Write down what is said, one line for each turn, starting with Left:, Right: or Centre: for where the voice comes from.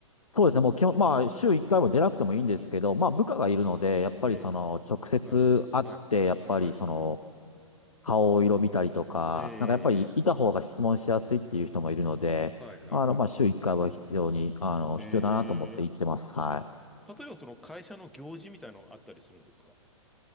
Left: そうですね。もう基本、まあ週1回も出なくてもいいんですけど、まあ部下がいるので、やっぱりその直接会って、
Centre: ええ、はい、はい、
Left: やっぱりその
Centre: はい。
Left: 顔色見たりとか、
Centre: え
Left: なんかやっぱりいた方が質問しやすいっていう人もいるので、
Centre: え、ええはい、はい、
Left: あの、
Centre: はい。
Left: まあ週1回は必要に、あの、
Centre: え
Left: 必要だなと思って行ってます。はい。
Centre: 例えばその会社の行事みたいなのがあったりするんですか